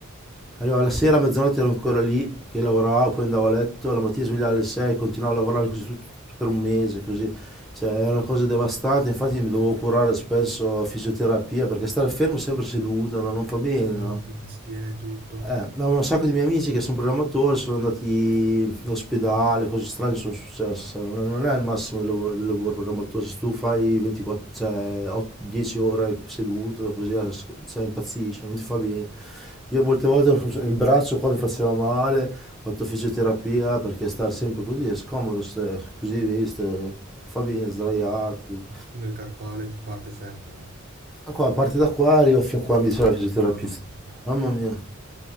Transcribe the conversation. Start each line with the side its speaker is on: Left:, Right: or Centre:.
Centre: Arrivava la sera, a mezzanotte ero ancora lì che lavoravo, poi andavo a letto, la mattina svegliavo alle 6, continuavo a lavorare così tutto, tutto per un mese, così. Cioè, era una cosa devastante, infatti mi dovevo curare spesso a fisioterapia perché stare fermo sempre seduto, no? Non fa bene, no?
Right: Io con la schiena e tutto,
Centre: Eh, ma un sacco di miei amici che sono programmatori sono andati in ospedale, cose strane sono successe. Non è, non è il massimo del lavoro, del lavoro programmatore. Se tu fai 24, cioè, ot- 10 ore seduto, così a sc- cioè, impazzisci, non ti fa bene. Io molte volte il braccio qua mi faceva male, ho fatto fisioterapia perché stare sempre così è scomodo, ste- così vedi, ste- non fa bene, sdraiato.
Right: nel carpale ti parte sempre, no?
Centre: Ma Qua, a parte da qua, arrivo fino a qua, mi dice la fisioterapista.
Right: Mamma mia.
Centre: Mamma mia.